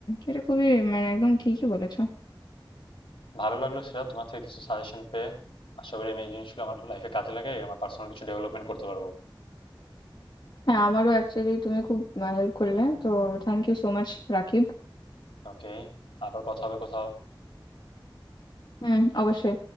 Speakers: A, on the left; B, on the left.
A: এটা খুবই মানে একদম ঠিকই বলেছো
B: ভালো লাগলো সেটা তোমার থেকে কিছু সাজেশন পেয়ে আশা করি আমি এই জিনিসগুলো আমার লাইফে কাজে লাগাই আমার পার্সোনাল কিছু ডেভেলপমেন্ট করতে পারবো।
A: হ্যাঁ আমারও অ্যাকচুয়ালি তুমি খুব হেল্প করলে তো Thank you so much Rakib
B: ওকে, আবার কথা হবে কোথাও।
A: হুম অবশ্যই